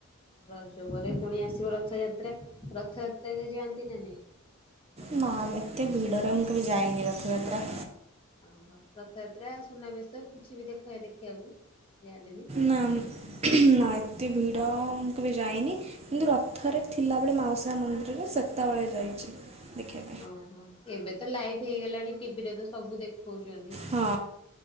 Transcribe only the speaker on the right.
ନା <unintelligible> ଏତେ ଭିଡରେ ମୁଁ କେବେ ଯାଇନି ରଥଯାତ୍ରା।
ନା ଉମ୍ ନା ଏତେ ଭିଡ଼ ମୁଁ କେବେ ଯାଇନି। କିନ୍ତୁ ରଥରେ ଥିଲା ବେଳେ ମାଉସୀ ମା ମନ୍ଦିରରେ ସେତେବେଳେ ଯାଇଚି ଦେଖି <unintelligible>
ହଁ